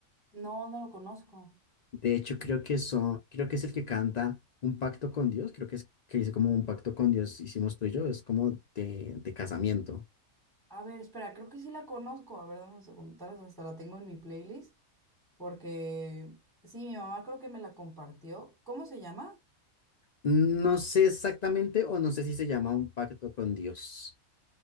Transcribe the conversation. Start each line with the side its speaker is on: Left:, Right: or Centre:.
Centre: No, no lo conozco.
Left: De hecho, creo que eso, creo que es el que canta Un pacto con Dios, creo que es que dice como un pacto con Dios hicimos tú y yo, es como de, de casamiento.
Centre: A ver, espera, creo que sí la conozco. A ver, dame un segundo, tal vez hasta la tengo en mi playlist, porque sí, mi mamá creo que me la compartió. ¿Cómo se llama?
Left: No sé exactamente, o no sé si se llama Un pacto con Dios,